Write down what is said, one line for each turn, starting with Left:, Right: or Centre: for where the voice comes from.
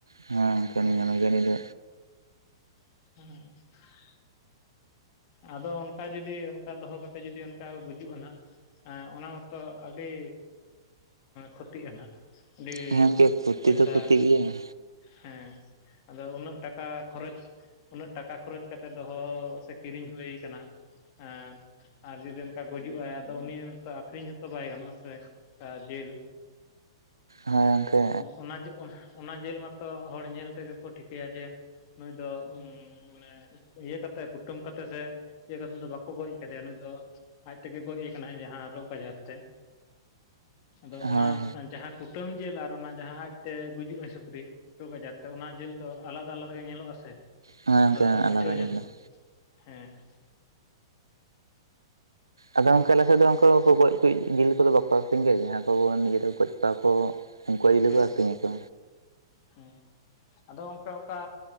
Right: ᱜᱚᱝᱠᱮ
Left: ᱦᱮᱸ᱾
Right: ᱩᱱᱤ ᱧᱟᱢᱮ ᱜᱮᱭᱟ ᱩᱱᱤ ᱫᱚ
Left: <inaudible> ᱟᱫᱚ ᱚᱱᱠᱟ ᱡᱩᱫᱤ ᱚᱱᱠᱟ ᱫᱚᱦᱚ ᱠᱟᱛᱮ ᱡᱩᱫᱤ ᱚᱱᱠᱟ ᱜᱩᱡᱩᱜᱼᱟ ᱱᱟᱜ ᱚᱱᱟ ᱢᱚᱛᱚ ᱟᱹᱰᱤ ᱠᱷᱚᱛᱤᱜ ᱟ-ᱱᱦᱟᱜ᱾ ᱟᱹᱰᱤ
Right: ᱦᱮᱸ ᱜᱚᱝᱠᱮ ᱠᱷᱚᱛᱤ
Left: ᱯᱚᱭᱥᱟ
Right: ᱫᱚ ᱠᱷᱚᱛᱤᱜ ᱜᱮᱭᱟ
Left: ᱦᱮᱸ ᱟᱫᱚ ᱩᱱᱟᱹᱜ ᱴᱟᱠᱟ ᱠᱷᱚᱨᱚᱪ ᱩᱱᱟᱹᱜ ᱴᱟᱠᱟ ᱠᱷᱚᱨᱚᱪ ᱠᱟᱛᱮ ᱫᱚᱦᱚ ᱥᱮ ᱠᱤᱨᱤᱧ ᱦᱩᱭ ᱟᱠᱟᱱᱟ ᱮᱸ ᱟᱨ ᱡᱩᱫᱤ ᱚᱱᱠᱟ ᱜᱩᱡᱩᱜ ᱟᱭ ᱟᱫᱚ ᱩᱱᱤ ᱢᱟᱛᱚ ᱟᱹᱠᱷᱨᱤᱧ ᱦᱚᱛᱚ ᱵᱟᱭ ᱜᱟᱱᱚᱜᱼᱟ ᱥᱮ᱾ ᱟᱻ ᱡᱮᱞ‌᱾
Right: ᱦᱮᱸ ᱜᱚᱝᱠᱮ᱾
Left: ᱚᱱᱟ ᱚᱱᱟ ᱚᱱᱟ ᱡᱤᱞ ᱢᱟᱛᱚ ᱦᱚᱲ ᱧᱮᱞ ᱛᱮᱜᱮ ᱠᱚ ᱴᱷᱤᱠᱟᱹᱭᱟ ᱡᱮ ᱱᱩᱭ ᱫᱚ ᱩᱸ ᱢᱟᱱᱮ ᱤᱭᱟᱹ ᱠᱟᱛᱮ ᱠᱩ ᱠᱩᱴᱟᱹᱢ ᱠᱟᱛᱮ ᱥᱮ ᱤᱭᱟᱹ ᱠᱟᱛᱮ ᱫᱚ ᱵᱟᱠᱚ ᱜᱚᱡ ᱟᱠᱟᱫᱮᱭᱟ ᱱᱩᱭ ᱫᱚ ᱟᱡ ᱛᱮᱜᱮ ᱜᱚᱡ ᱟᱠᱟᱱᱟᱭ ᱡᱟᱦᱟᱸ ᱨᱳᱜᱽ ᱟᱡᱟᱨ ᱛᱮ᱾ ᱟᱫᱚ ᱚᱱᱟ
Right: ᱦᱳᱭ ᱦᱳᱭ
Left: ᱡᱟᱦᱟᱸ ᱠᱩᱴᱟᱹᱢ ᱡᱤᱞ ᱟᱨ ᱚᱱᱟ ᱡᱟᱦᱟᱸ ᱟᱡᱛᱮ ᱜᱩᱡᱩᱜᱼᱟᱭ ᱥᱩᱠᱨᱤ ᱨᱳᱜᱽ ᱟᱡᱟᱨ ᱛᱮ ᱚᱱᱟ ᱡᱤᱞ ᱫᱚ ᱟᱞᱟᱫᱟ ᱟᱞᱟᱫᱟ ᱜᱮ ᱧᱮᱞᱚᱜᱼᱟ ᱥᱮ᱾
Right: ᱦᱮᱸ ᱜᱚᱝᱠᱮ
Left: ᱟᱫᱚ
Right: ᱦᱮᱸ
Left: ᱠᱚ ᱵᱩᱡᱷᱟᱹᱣ
Right: ᱟᱞᱟᱫᱟ
Left: ᱧᱟᱢᱟ
Right: ᱜᱮ ᱧᱮᱞᱚᱜ᱾
Left: ᱦᱮᱸ᱾
Right: ᱟᱫᱚ ᱜᱚᱝᱠᱮ ᱟᱞᱮᱥᱮᱫ
Left: ᱦᱮᱸ
Right: ᱫᱚ ᱚᱱᱠᱟ ᱜᱮᱠᱳ ᱜᱚᱡ ᱠᱟᱹᱡ ᱡᱤᱞ ᱠᱚᱫᱚ ᱵᱟᱠᱚ ᱟᱹᱠᱷᱨᱤᱧ ᱜᱮᱭᱟ ᱡᱟᱦᱟᱸ ᱠᱚ ᱱᱤᱡᱮᱛᱮ ᱠᱚ ᱜᱚᱡ ᱠᱚᱣᱟ ᱠᱚ ᱩᱱᱠᱩᱣᱟᱜ ᱡᱤᱞ
Left: ᱦᱩᱸ
Right: ᱜᱮᱠᱚ ᱟᱹᱠᱷᱨᱤᱧᱟᱠᱚ
Left: ᱦᱩᱸ ᱟᱫᱚ ᱜᱚᱝᱠᱮ ᱚᱱᱠᱟ